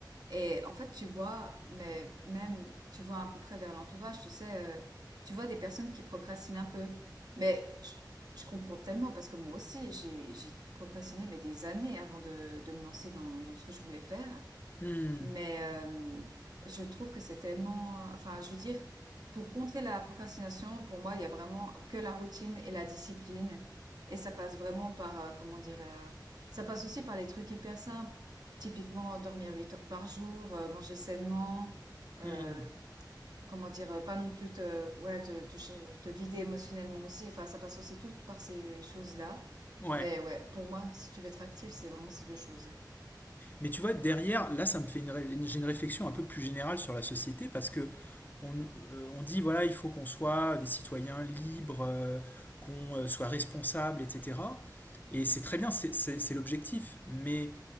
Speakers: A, on the right (about 60°); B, on the left (about 25°).
A: Et en fait, tu vois, mais même, tu vois à peu près vers l'entourage, tu sais, euh, tu vois des personnes qui procrastinent un peu. Mais je, je comprends tellement parce que moi aussi, j'ai, j'ai procrastiné mais des années avant de, de me lancer dans, dans ce que je voulais faire.
B: Hmm,
A: Mais euh, je trouve que c'est tellement... Enfin, je veux dire, pour contrer la procrastination, pour moi, il y a vraiment que la routine et la discipline. Et ça passe vraiment par, euh, comment dire, euh, ça passe aussi par les trucs hyper simples. Typiquement, dormir 8 heures par jour, euh, manger sainement, euh,
B: hmm,
A: comment dire, euh, pas non plus te, ouais, te, te, ch- te vider émotionnellement aussi. Enfin, ça passe aussi tout par ces choses-là.
B: ouais.
A: Mais ouais, pour moi, si tu veux être actif, c'est vraiment ces deux choses.
B: Mais tu vois, derrière, là, ça me fait une, ré- une- j'ai une réflexion un peu plus générale sur la société parce que on, euh, on dit, voilà, il faut qu'on soit des citoyens libres, euh, qu'on euh, soit responsables, etc. Et c'est très bien, c'est c'est- c'est l'objectif. Mais